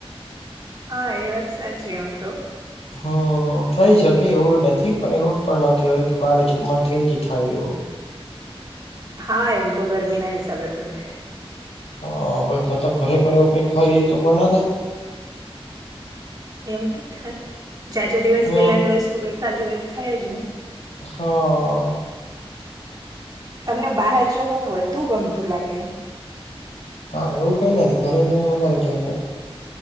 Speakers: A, on the right; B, on the left.
A: હા, એ વાત સાચી આમ તો,
B: હ થઈ શકે એવું નથી, પણ એવું પણ ન કહેવાય કે બારે જમવાથી જ થાય એવ.
A: હા, એમ તો ગરમી ના હિસાબે પણ થાય
B: હા બ મતલબ ઘરે પણ એવું કઈક ખાઈ લેતું પણ ના થાય.
A: એમ તો થાય જા જા દિવસ
B: હમ
A: પહેલાની વસ્તુ કઈખા દિવસ થાય જ ને,
B: હ
A: તમને બહાર જવું વધુ ગમતું લાગે,
B: હા, એવું કઈ નથી ઘરે જમે વધારે જમ <inaudible>